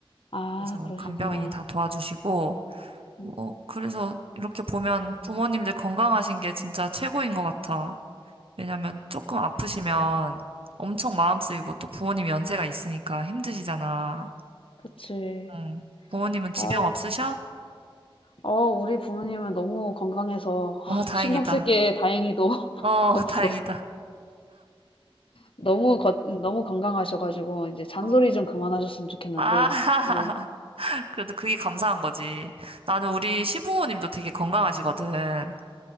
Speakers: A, on the left (about 70°); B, on the right (about 75°).
A: 아
B: 그래서
A: 그러시구나.
B: 간병인이 다 도와주시고
A: 음
B: 어, 그래서 이렇게 보면 부모님들 건강하신 게 진짜 최고인 것 같아. 왜냐면 조금
A: 그니까.
B: 아프시면 엄청 마음 쓰이고 또 부모님 연세가 있으니까 힘드시잖아.
A: 그치.
B: 응. 부모님은 지병
A: 아
B: 없으셔?
A: 어 우리 부모님은 너무 건강해서
B: 어,
A: <laughs>
B: 다행이다.
A: 신경 쓸게 다행히도 <laughs>
B: 어,
A: 없었어.
B: <laughs> 다행이다.
A: 너무 거 너무 건강하셔 가지고 이제 잔소리
B: 어.
A: 좀 그만하셨으면 좋겠는데
B: 아, <laughs>
A: 예.
B: 그래도 그게 감사한 거지. 나는 우리 시부모님도 되게 건강하시거든.